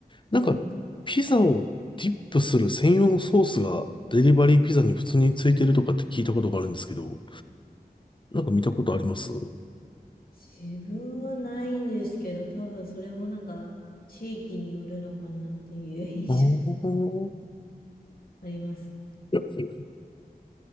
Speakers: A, on the left; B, on the left.
A: はい。
B: なんかピザをディップする専用のソースがデリバリーピザに普通についてるとかって聞いたことがあるんですけど、なんか見たことあります
A: 自分はないんですけど、多分それもなんか、地域によるのかなっていう印象が
B: ああー、い
A: あります。
B: や、い